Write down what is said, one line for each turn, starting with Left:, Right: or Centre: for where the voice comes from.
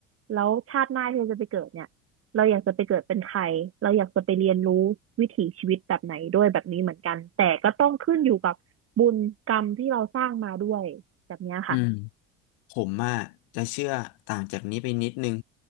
Right: แล้วชาติหน้าที่เราจะไปเกิดเนี่ยเราอยากจะไปเกิดเป็นใครเราอยากจะไปเรียนรู้วิถีชีวิตแบบไหนด้วยแบบนี้เหมือนกันแต่ก็ต้องขึ้นอยู่กับบุญกรรมที่เราสร้างมาด้วย แบบเนี้ยค่ะ
Left: อืม ผมอ่ะจะเชื่อต่างจากนี้ไปนิดนึง